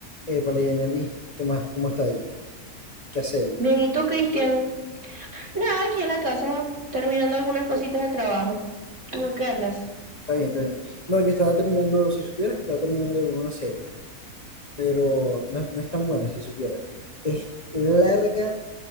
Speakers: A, on the left (about 30°); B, on the right (about 50°).
A: Eh, vale, Yaneli, ¿qué más? ¿Cómo está ahí? ¿Qué hace ahí?
B: Bien, ¿y tú, Cristian? Nada, aquí en la casa, terminando algunas cositas del trabajo. ¿Tú en qué andas?
A: Está bien, está bien. No, yo estaba terminando, si supieras que estaba terminando de ver una serie, pero no, es- no es tan buena, si supieras. Es larga,